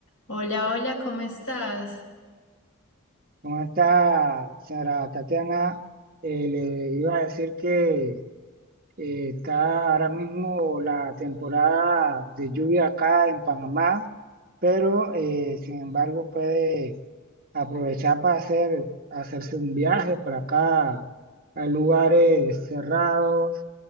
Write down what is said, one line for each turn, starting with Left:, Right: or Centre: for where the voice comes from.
Left: Hola, hola, ¿cómo estás?
Right: Con esta señora Tatiana, eh, le iba a decir que eh, está ahora mismo la temporada de lluvia acá en Panamá, pero eh, sin embargo puede aprovechar para hacer, hacerse un viaje por acá a lugares cerrados